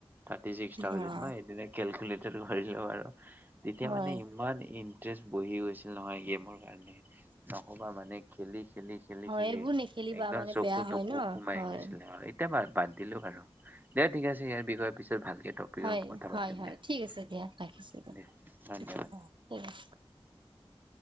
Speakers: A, on the right; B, on the right.
A: থাৰ্টি ছিক্স
B: বা
A: থাউজেণ্ড ময় ক্যালকুলেটৰ কৰিলো আৰু। তেতিয়া
B: হয়
A: মানে ইমান ইণ্টাৰেষ্ট বহি গৈছিল নহয় গেমৰ কাৰণে নহ মানে খেলি, খেলি-খেলি-খেলি
B: হয় এইবোৰ নেখেলিবা
A: একদম
B: মানে
A: চকু
B: বেয়া
A: তকু
B: হয় ন
A: সোমাই
B: হয়
A: গৈছিলে আৰু এতিয়া বাদ দিলো আৰু। দে ঠিক আছে ইয়াৰ বিষয়ৰ পিছত ভালকে টপিকত
B: হয়
A: কথা
B: হয়
A: পাতিম
B: হয়
A: দে,
B: ঠিক
A: দে,
B: আছে দিয়া ৰাখিছো
A: দে।
B: <unintelligible>
A: ধন্যবাদ <unintelligible>